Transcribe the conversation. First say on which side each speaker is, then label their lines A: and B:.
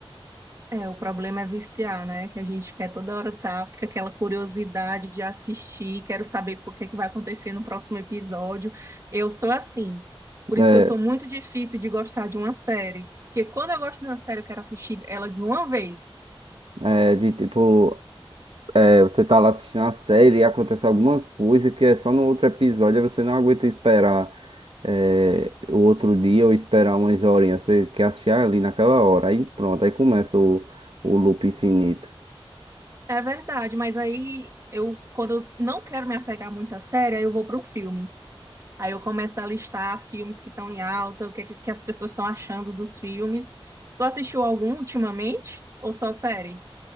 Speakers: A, on the right; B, on the right.
A: É, o problema é viciar, né? Que a gente quer toda hora tá, fica aquela curiosidade de assistir, quero saber o que é que vai acontecer no próximo episódio. Eu sou assim. Por
B: É,
A: isso que eu sou muito difícil de gostar de uma série. Porque quando eu gosto de uma série, eu quero assistir ela de uma vez.
B: é de tipo. É, você tá lá assistindo a série e acontece alguma coisa que é só no outro episódio, aí você não aguenta esperar é, o outro dia ou esperar umas horinhas. Você quer assistir ali naquela hora. Aí pronto, aí começa o, o loop infinito.
A: É verdade, mas aí eu, quando eu não quero me apegar muito à série, aí eu vou para um filme. Aí eu começo a listar filmes que estão em alta, o que, é que que as pessoas estão achando dos filmes. Tu assistiu algum ultimamente? Ou só série?